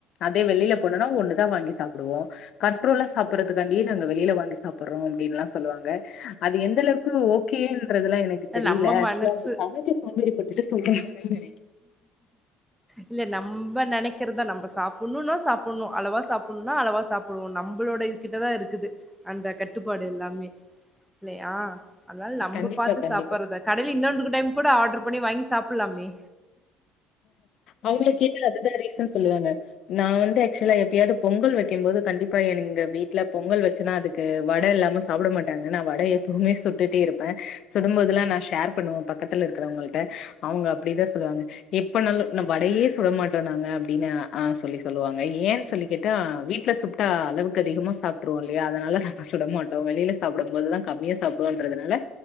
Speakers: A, on the left; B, in the centre.
A: அதே வெளில போனோனா ஒண்ணுதா வாங்கி சாப்டுவோ கன்ட்ரோல்லா சாப்புறதுக்கான்டியே நாங்க வெளில வாங்கி சாப்புறோ அப்டின்ல்லா சொல்லுவாங்க அது எந்தளவுக்கு ஓகேன்றதுல்லா எனக்கு தெரில
B: நம்ம
A: ஆக்சுவலா
B: மனசு
A: சமைக்க சோம்பேறி பட்டுட்டு சொல்றாங்கன் நெ
B: இல்ல நம்ப நெனைக்கற்தா நம்ப சாப்புணுனா சாப்புணு அளவா சாப்புணுனா அளவா சாப் புணு நம்ளோட இது கிட்டதா இருக்குது அந்த கட்டுப்பாடு எல்லாமே இல்லயா அதனால நம்ப
A: கண்டிப்பா
B: பாத்து
A: கண்டிப்பா
B: சாப்புறத கடைல இன்னொன்றுக்கு டைம் கூட ஆட்ரு பண்ணி வாங்கி சாப்புலாமே
A: அவுங்கள கேட்டா அதுதா ரீசன் சொல்லுவாங்க நா வந்து ஆக்சுவலா எப்பயாவது பொங்கல் வைக்கும் போது கண்டிப்பா எங்க வீட்டுல பொங்கல் வச்சேன்னா அது க்கு வட இல்லாம சாப்பட மாட்டாங்க நா வட எப்பவுமே சுட்டுட்டே இருப்ப சுடும்போதெல்லா நா ஷேர் பண்ணுவ பக்க பக்கத்துல இருக்குறவுங்கள்ட்ட அவுங்க அப்படிதா சொல்லுவாங்க எப்பனாலு நா வடையே சுட மாட்டோ நாங்க அப்டின்னு ஆ சொல்லி சொல்லுவாங்க ஏன்னு சொல்லி கேட்டா வீட்ல சு ட்டா அளவுக்கு அதிகமா சாப்ட்டுருவோ இல்லையா அதனால நாங்க சுட மாட் வெளியில சாப்டும்போதுதா கம்மியா சாப்டுவோன்றதுனால